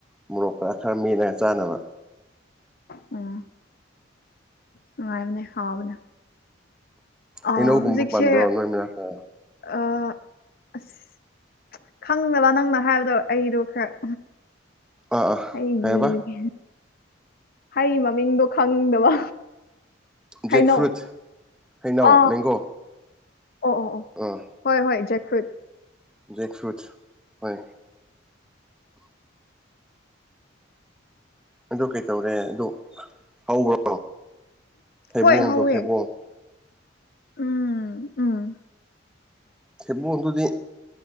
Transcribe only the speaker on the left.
ꯎꯝ ꯅꯨꯡꯉꯥꯏꯕꯅꯦ ꯍꯥꯎꯕꯅꯦ ꯑ
ꯍꯧꯖꯤꯛꯁꯦ
ꯑ ꯑꯁ ꯈꯪꯗꯕ ꯅꯪꯅ ꯍꯥꯏꯕꯗꯣ ꯑꯩꯗꯣ ꯈꯔ
ꯑꯩꯒꯤ
ꯍꯩ ꯃꯃꯤꯡꯗꯣ ꯈꯪꯗꯕ
ꯍꯩꯅꯧ
ꯑꯥ
ꯑꯣ ꯑꯣ ꯑꯣ
ꯍꯣꯏ ꯍꯣꯏ ꯖꯦꯛꯐ꯭ꯔꯨꯠ
ꯍꯣꯏ ꯍꯧꯋꯦ
ꯎꯝ ꯎꯝ